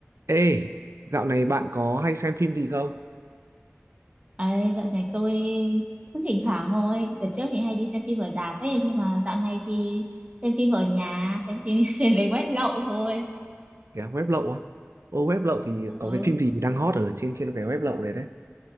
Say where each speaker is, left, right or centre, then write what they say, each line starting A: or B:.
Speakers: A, on the right; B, on the right.
A: Ê, dạo này bạn có hay xem phim gì không?
B: Ấy, dạo này tôi cũng thỉnh thoảng thôi. Đợt trước thì hay đi xem phim ở rạp ấy, nhưng mà dạo này thì xem phim ở nhà, xem phim <laughs> trên về web lậu thôi.
A: Kìa, web lậu á. Ô, web lậu thì có
B: Ừ.
A: cái phim gì đang hot ở trên trên cái web lậu đấy đấy.